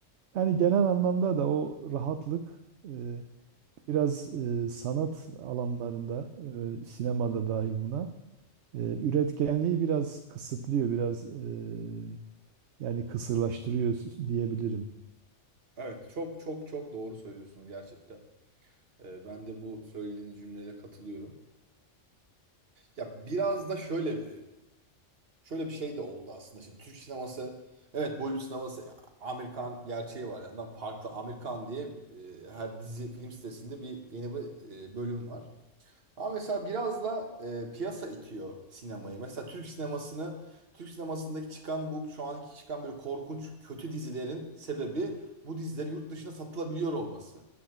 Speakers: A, on the right; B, on the right.
A: Yani genel anlamda da o rahatlık e, biraz e, sanat alanlarında, e, sinemada dahil buna, e, üretkenliği biraz kısıtlıyor, biraz e, yani kısırlaştırıyor s- diyebilirim.
B: Evet, çok çok çok doğru söylüyorsunuz gerçekten. Ee, ben de bu söylediğiniz cümlelere katılıyorum. Ya biraz da şöyle şöyle bir şey de oldu aslında. Şimdi Türk sineması evet Bollywood sineması e, Amerikan gerçeği var. Yandan farklı Amerikan diye e, her dizi film sitesinde bir yeni bir e, bölüm var. Ama mesela biraz da e, piyasa itiyor sinemayı. Mesela Türk sinemasını Türk sinemasındaki çıkan bu şu anki çıkan böyle korkunç kötü dizilerin sebebi bu dizilerin yurt dışına satılabiliyor olması.